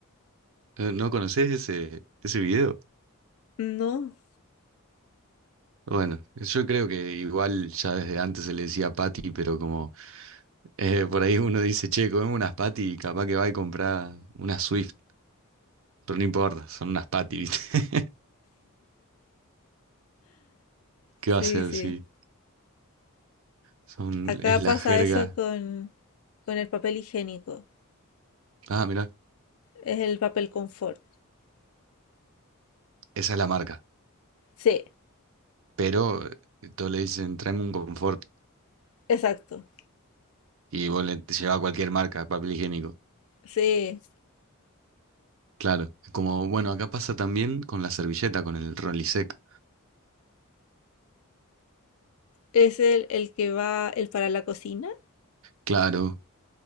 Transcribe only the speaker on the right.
Eh, ¿No conocés ese, ese video?
Bueno, yo creo que igual ya desde antes se le decía Patty, pero como eh, por ahí uno dice, che, comemos unas Patty y capaz que va y compra unas Swift, pero no importa, son unas Patty, ¿viste? <laughs> ¿Qué
va a hacer
si son,
es
la jerga?
Ah, mira,
esa es la marca,
pero eh, todos le dicen, tráeme un confort
y vos le te llevas cualquier marca, papel higiénico.
Claro, como bueno, acá pasa también con la servilleta, con el Rolisec.
Claro,